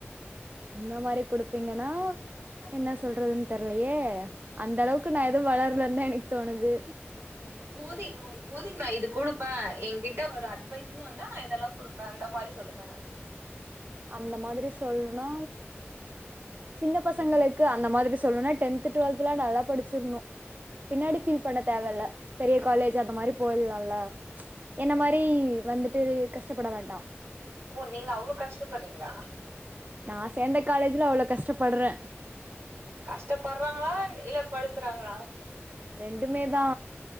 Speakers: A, on the right; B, on the right.
A: இந்த மாரி குடுப்பீங்கன்னா என்ன சொல்றதுன் தெர்லயே அந்தளவுக்கு நா எது வளர்லந்தா எனக் தோணுது
B: இப்போதி இப்போதிக் நா இது குடுப்பே எங்கிட்ட ஒரு அட்வைஸ்ன்னு வந்தா நா இதெல்லா குடுப்பே அந்த மாரி சொல்லுங்க
A: அந்த மாதிரி சொல்லுன்னா சின்ன பசங்களுக் கு அந்த மாதிரி சொல்னுனா டென்த்து, டுவெல்த்துல்லா நல்லா படிச்சிர்ணு பின்னாடி ஃபீல் பண்ண தேவ இல்ல பெரிய காலேஜ் அந்த மாரி போயிர்லால்ல என்ன மாரி வந்துட்டு கஷ்டப்பட வேண்டா
B: ஓ நீங்க அவ்ளோ கஷ்டப்பட்றீங்ளா
A: நா சேந்த காலேஜ்ல அவ்ளோ கஷ்டப்பட்றே
B: கஷ்டப்பட்றாங்களா இல்ல படுத்துறாங்களா
A: ரெண்டுமே தா